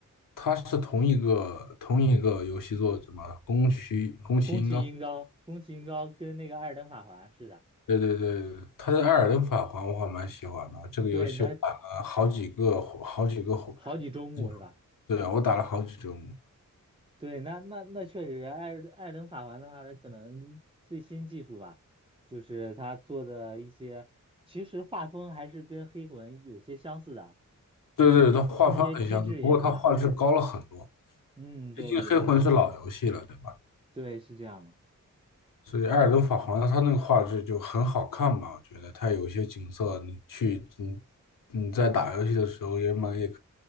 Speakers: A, on the left; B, on the right.
A: 它是同一个同一个游戏作者嘛，宫崎宫崎英高。
B: 宫崎英高，宫崎英高跟那个《艾尔登法环》是的，
A: 对对对，他的《艾尔登法环》我还蛮喜欢的，这个游戏我打了好几个火好几个
B: 对，他好几周目是吧？
A: 对，对啊，我打了好几周目
B: 对，那那那确实，艾尔艾尔登法环的话，他可能最新技术吧，就是他做的一些，其实画风还是跟黑魂有些相似的，
A: 对对，
B: 一些一些机制也一样。
A: 它画风很相似，不过它画质高了很多，
B: 嗯，
A: 毕竟《黑魂》是老游戏了，
B: 对对对
A: 对吧？
B: 对，是这样的。
A: 所以《艾尔登法环》它那个画质就很好看嘛。我觉得它有一些景色，你去你你在打游戏的时候也蛮也